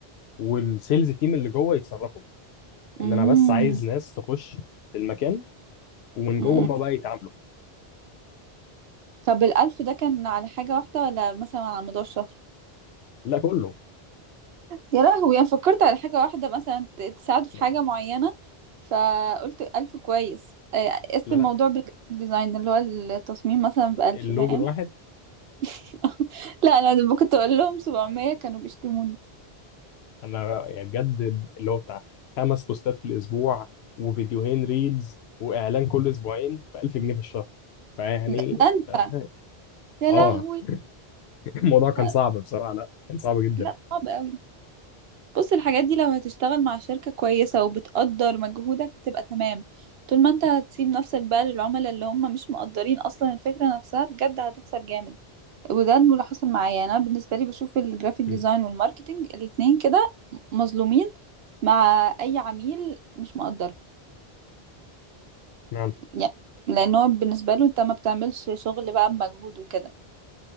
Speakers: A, on the left; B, on the right.
A: والسيلز تيم اللي جوه يتصرفوا بقى
B: امم
A: ان انا بس عايز ناس تخش المكان ومن جوه
B: أمم.
A: هما بقى يتعاملوا
B: طب الألف ده كان على حاجة واحدة ولا مثلا على مدار الشهر
A: لا كله
B: يا لهوي يعني فكرت على حاجة واحدة مثلا ت- تساعده في
A: لا
B: حاجة معينة فقلت ألف كويس آه، قست
A: لا,
B: الموضوع
A: لا.
B: بالجرافيك ديزاين اللي هو التصميم مثلا بألف
A: اللوجو
B: فاهم
A: الواحد
B: <laughs> لا أنا كنت أقول لهم 700 كانوا بيشتموني
A: انا يعني بجد اللي هو بتاع خمس بوستات في الاسبوع وفيديوهين ريلز واعلان كل اسبوعين ب 1000 جنيه في الشهر فيعني
B: ده ده أنت
A: <laughs>
B: يا
A: اه
B: لهوي
A: الموضوع كان
B: لا
A: صعب بصراحه لا كان صعب جدا
B: لا صعب قوي بص الحاجات دي لو هتشتغل مع شركة كويسة وبتقدر مجهودك هتبقى تمام طول ما انت هتسيب نفسك بقى للعملاء اللي هم مش مقدرين اصلا الفكرة نفسها بجد هتخسر جامد وده اللي حصل معايا يعني انا بالنسبة لي بشوف الجرافيك
A: مم.
B: ديزاين والماركتينج الاتنين كده مظلومين مع اي عميل مش مقدره
A: اشمعنى
B: يعني لان هو بالنسبة له انت ما بتعملش شغل بقى بمجهود وكده